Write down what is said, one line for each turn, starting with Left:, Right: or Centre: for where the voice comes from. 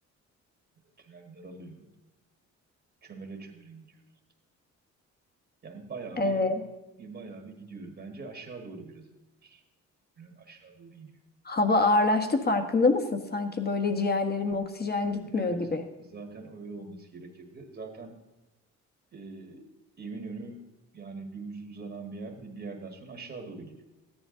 Right: Tünel daralıyor. Çömele çömele gidiyoruz. Yani bayağı
Left: Evet.
Right: bir bayağı bir gidiyoruz. Bence aşağı doğru biraz iniyoruz. Tünel aşağı doğru iniyor.
Left: Hava ağırlaştı farkında mısın? Sanki böyle ciğerlerime oksijen gitmiyor
Right: Evet,
Left: gibi.
Right: zaten öyle olması gerekirdi. Zaten e, Eminönü yani dümdüz uzanan bir yer değil, bir yerden sonra aşağı doğru gidiyor.